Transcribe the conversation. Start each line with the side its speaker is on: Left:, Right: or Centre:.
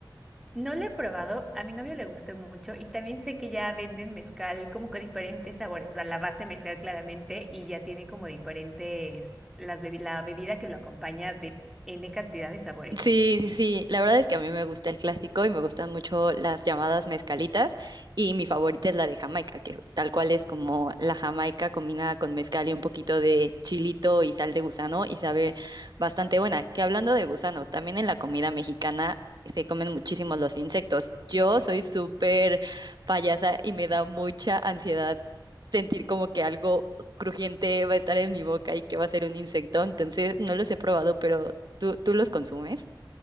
Centre: No lo he probado, a mi novio le gustó mucho y también sé que ya venden mezcal como que diferentes sabores, o sea, la base mezcal claramente y ya tiene como diferentes, las bebi- la bebida que lo acompaña de N cantidad de sabores.
Right: Sí, sí, sí. La verdad es que a mí me gusta el clásico y me gustan mucho las llamadas mezcalitas y mi favorita es la de Jamaica, que tal cual es como la Jamaica combinada con mezcal y un poquito de chilito y sal de gusano y sabe bastante buena. Que hablando de gusanos, también en la comida mexicana se comen muchísimos los insectos. Yo soy súper payasa y me da mucha ansiedad sentir como que algo crujiente va a estar en mi boca y que va a ser un insecto. Entonces, no los he probado, pero ¿Tú, tú los consumes?